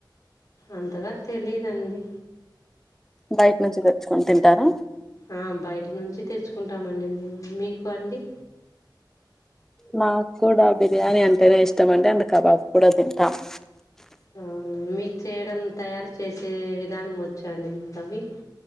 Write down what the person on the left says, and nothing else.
అంతగా తెలీదండి
ఆ బయట నుంచి తెచ్చుకుంటామండి మేము మీకు అండి
అవునా మీకు చేయడం తయారు చేసే విధానం ఒచ్చ అండి మీకవి